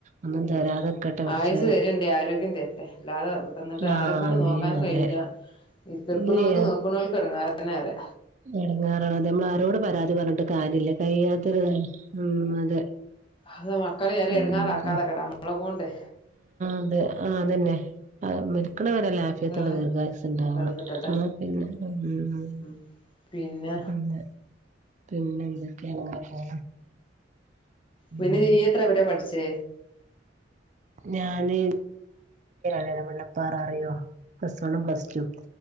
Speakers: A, on the right (about 40°); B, on the left (about 30°).
A: ഒന്നും തരാതെക്കട്ടെ പടച്ചോന്
B: ആയുസ് തരണ്ട് ആരോഗ്യം തരട്ടെ അല്ലാതെ തന്നിട്ട്
A: ആഹ്
B: ആരെക്കൊണ്ട്
A: ആമീൻ
B: നോക്കാനും
A: അതെ
B: കഴിയു ല്ല ഈ കിടക്കുന്നവർക്കും
A: ഇല്ലേ
B: നോക്കുന്നോർക്കും ഇടങ്ങാറ തന്നെ പറയ
A: എടങ്ങേറാണ അതേ നമ്മളാരോട് പരാതി പറഞ്ഞിട്ടും കാര്യല്ല കയ്യാത്തൊരുത് ഉം അതെ
B: അത് മക്കളെ ആരെയും എടങ്ങാറാക്കാതക്കട്ടെ
A: ആഹ്
B: നമ്മളെക്കോണ്ടേ
A: അതെ ആഹ് അതന്നെ അഹ് മ ക്ക്ണ വരല്ലെ ആഫിയത്ത്ള്ള
B: അത്
A: ദീർഘായുസ്ണ്ടാവണം
B: കിട്ടട്ടെ
A: ഇന്നാ പിന്നെ ഉം
B: ഉം പിന്നെ
A: പിന്നെ പിന്നെന്തൊക്കെ അങ്ങനെ പോണ് ഉം
B: പിന്നെ നീയെത്രെവ്‌ടെ പഠ്ച്ച്
A: ഞാന് <unintelligible> ലെടവണ്ണപ്പാറ അറിയുവോ പ്ലസ് വണ്ണും, പ്ലസ്റ്റും